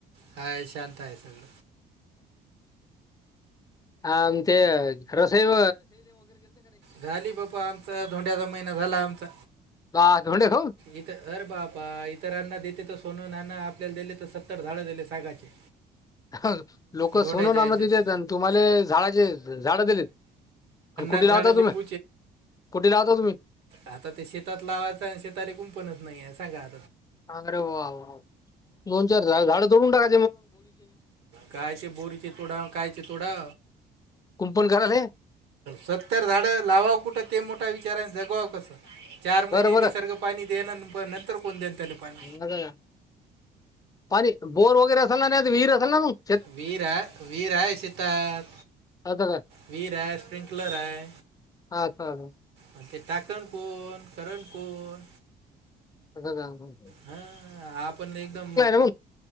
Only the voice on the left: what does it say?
आ आम ते रसाहेब
बा धोंडे खाऊन
<inaudible> लोक
सोनो नाम
दिलेेत आणि तुम्हाला झाडाचे झाड दिलेत आणि कुठे
लावता
तुम्ही कुठे लावता तुम्ही
हरे वा वा दोन चार झा झाडं तोडून टाका
कुंपण करायला हे.
बरं बरं
असं का? पाणी बोर वगैरे अस ना नाही वहीर रसल ना त
असं का
अच्छा हा
हो ह हो
मग